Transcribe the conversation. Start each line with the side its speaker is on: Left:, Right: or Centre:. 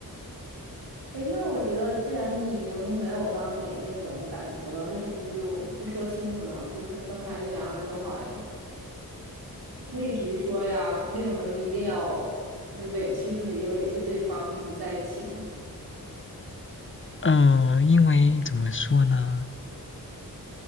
Right: 哎，那我觉得，既然你已经没有当年那种感觉了，为什么不就不说清楚呢？就是分开对两个人都好呀，就可以直说呀，为什么就一定要就是委屈自己也委屈对方，就是在一起呢？
Left: 嗯、呃因为怎么说呢？